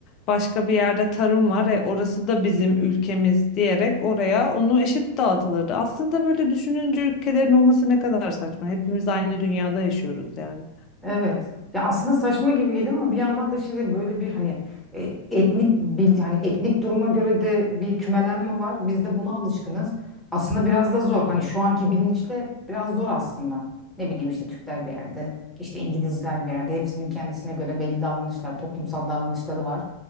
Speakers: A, on the left; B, in the centre.
A: başka bir yerde tarım var, e orası da bizim ülkemiz diyerek oraya onu eşit dağıtılırdı. Aslında böyle düşününce ülkelerin olması ne kadar saçma. Hepimiz aynı dünyada yaşıyoruz yani.
B: Evet. Ya aslında saçma gibi geliyor ama bir yandan da şimdi böyle bir hani e, etnik bil, hani etnik duruma göre de bir kümelenme var. Biz de buna alışkınız. Aslında biraz da zor. Hani şu anki bilinçle biraz zor aslında. Ne bileyim işte Türkler bir yerde, işte İngilizler bir yerde. Hepsinin kendisine göre belli davranışlar, toplumsal davranışları var.